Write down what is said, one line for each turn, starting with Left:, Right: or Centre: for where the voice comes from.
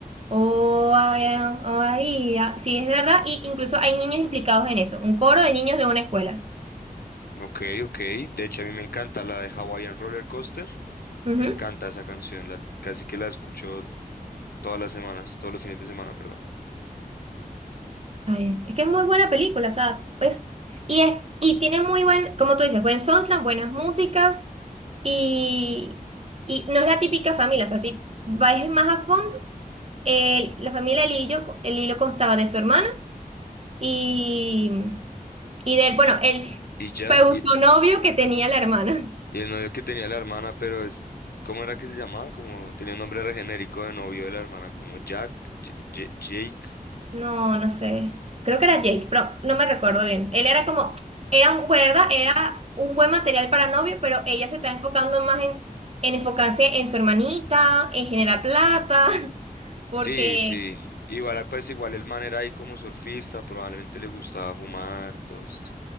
Right: Oh, ay, oh, ay, ah, Sí, es verdad. Y incluso hay niños implicados en eso. Un coro de niños de una escuela.
Left: Ok, ok. De hecho, a mí me encanta la de Hawaiian Roller Coaster.
Right: Ujú.
Left: Me encanta esa canción, la, casi que la escucho todas las semanas, todos los fines de semana, perdón.
Right: Ay, es que es muy buena película, o sea, pues, y, es, y tiene muy buen, como tú dices, buen soundtrack, buenas músicas. Y, y no es la típica familia, o sea, si vais más a fondo, el- la familia el hilo, el hilo constaba de su hermana y, y del, bueno, el
Left: Y ya,
Right: pseudo
Left: y,
Right: novio que tenía la hermana.
Left: y el novio que tenía la hermana, pero es, ¿cómo era que se llamaba? Como tenía un nombre re genérico de novio de la hermana, como Jack, J- J- Jake.
Right: No, no sé. Creo que era Jake, pero no me recuerdo bien. Él era como, era un, pues, ¿verdad? Era un buen material para novio, pero ella se está enfocando más en, en enfocarse en su hermanita, en generar plata, <laughs> porque
Left: Sí, sí. Igual, pues igual el man era ahí como surfista, probablemente le gustaba fumar, todo esto.